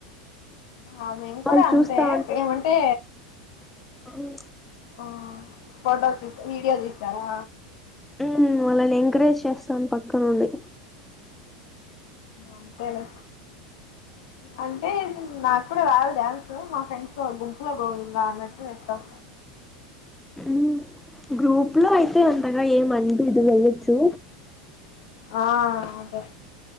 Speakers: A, on the left; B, in the centre.
A: ఆ మేము
B: వాళ్ళు
A: కూడా
B: చూస్తా
A: అంతే ఏమంటే
B: ఉమ్
A: ఆ ఫొటోస్ తీసి వీడియోస్ తీస్తారా
B: ఉమ్ వాళ్ళని ఎంకరేజ్ చేస్తాను పక్కనుండి
A: అంతేలే అంటే నాకు కూడా రాదు డాన్సు మా ఫ్రెండ్స్ ఆ గుంపులో గోవింద అన్నట్టు వేస్తాం
B: ఉమ్ గ్రూప్ లో అయితే అంతగా ఏమనిపియ్యదు వెయ్యచు
A: ఆ అదే